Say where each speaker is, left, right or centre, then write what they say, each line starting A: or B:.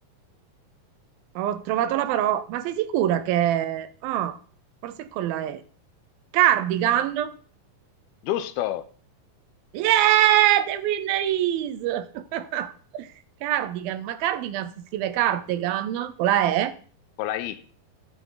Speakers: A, on the right; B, on the left.
A: Ho trovato la parola. Ma sei sicura che... Ah, forse è con la E. Cardigan?
B: Giusto,
A: Yeah, the winner is! <laughs> Cardigan, ma cardigan si scrive cardigan con la E?
B: con la I.